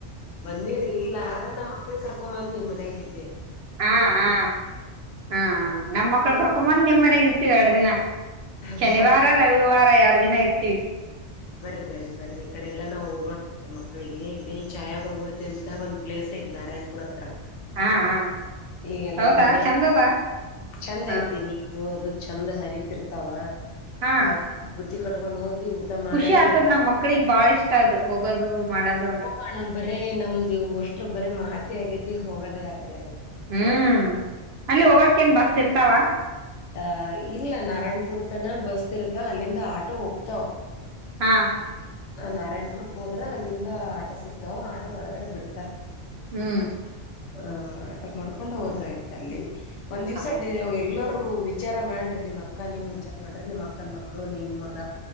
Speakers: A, on the left; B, on the right.
A: ಬಂದಿರರಿ ಇಲ್ಲ ಆದ್ರೆ ನಮ್ಮ ಮಕ್ಳಿಗೆ ಕರ್ಕೊ ಬಂದ್ ನಿಮ್ ಮನ್ಯಾಗರಿ
B: ಹಾ ಹಾ ಹಾ ನಮ್ ಮಕ್ಳ
A: ಅವ್ರಿ
B: ಕರ್ಕೊ ಬಂದ್ ನಿಮ್ ಮನೆಾಗ ಇರ್ತೀವಿ ಎರಡು ದಿನ
A: ಅದೇ
B: ಶನಿವಾರ
A: ಅದಕ್
B: ರವಿವಾರ ಎರಡು ದಿನ ಇರ್ತೀವಿ
A: ಬರರಿ ಬರರಿ ಬರ್ರರಿ ಈ ಕಡೆ ಎಲ್ಲಾ ನಾವು ಹೋಗೋಣ ಮ ಮಕ್ಕಳಿಗೆ ಇಲ್ಲಿ ಛಾಯಾ ಭಗವತಿ ಅಂತ ಒಂದು ಪ್ಲೇಸ್ ಐು ನಾರಾಯಣಪುರ ಹತ್ರ
B: ಹಾ ಹಾ
A: ಈಗೆಲ್ಲ
B: ಹೌದಾ
A: ಮಳೆ
B: ಚಂದದ
A: ಚಂದ
B: ಹ
A: ಐತಿ ನೀರುದು ಚಂದ ಹರಿತಿರ್ತಾವ
B: ಹಾ
A: ಆ ಬುತ್ತಿ ಕಟ್ಕೊಂಡ್ ಹೋಗಿ. ಊಟ ಮಾಡಿ
B: ಖುಷಿ ಆತದ್
A: ಬರಮಂತ
B: ನಮ್ ಮಕ್ಳಿಗ್ ಬಾಳ ಇಷ್ಟ ಅದ ಹೋಗೋದು. ಮಾಡೋದು ಅಂದ್ರ
A: ಹೋಗೋಣ ಬರೇ ನಮ್ದ ಇವು ಅಷ್ಟ್ರ ಬರ ಮಾತಿ ಆಗೇತಿ ಹೋಗೋದೇ ಆಗಲ್ಲಗೇ.
B: ಹ್ಮ್ ಅಲ್ಲಿ ಹೋಗಕೇನ್ ಬಸ್ ಇರ್ತಾವ
A: ಅ ಇಲ್ಲ ನಾರಾಯಣ್ಪುರ್ ತನ ಬಸ್ ಇರ್ತಾವ ಅಲ್ಲಿಂದ ಆಟೋ ಹೋಗ್ತಾವ.
B: ಹಾ
A: ಆ ನಾರಾಯಣಪುರ್ಕ್ ಹೋದ್ರ ಅಲ್ಲಿಂದ ಆಟೋ ಸಿಗ್ತಾವ ಆಟೋ ಒಳ್ಗಡೆ ಬಿಡ್ತಾರ.
B: ಹ್ಮ್
A: ಹ ಆಟೋ ಮಾಡ್ಕೊಂಡ್ ಹೋದ್ರ ಆ್ತ ಅಲ್ಲಿ ಒಂದ್ ದಿವ್ಸ
B: ಆಯ್ತು
A: ಎಲ್ ವಿಚಾರ ಮಾಡ್ರಿ ನಿಮ್ ಅಕ್ಕ ನೀವು ವಿಚಾರ ಮಾಡ್ರಿ ನಿಮ್ಮ್ ಅಕ್ಕನ ಮಕ್ಳು ನಿನ್ ಮಗ.